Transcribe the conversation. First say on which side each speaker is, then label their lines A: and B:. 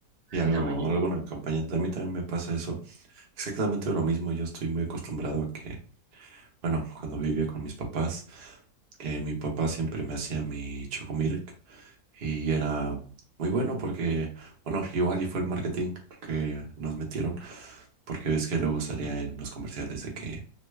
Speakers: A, on the right (about 70°); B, on the right (about 45°).
A: <laughs>
B: Y algo,
A: en la mañana.
B: algún acompañante. A mí también me pasa eso. Exactamente lo mismo. Yo estoy muy acostumbrado a que, bueno, cuando vivía con mis papás, que mi papá siempre me hacía mi chocomilk. Y era muy bueno porque, bueno, igual y fue el marketing que nos metieron Porque ves que luego salía en los comerciales de que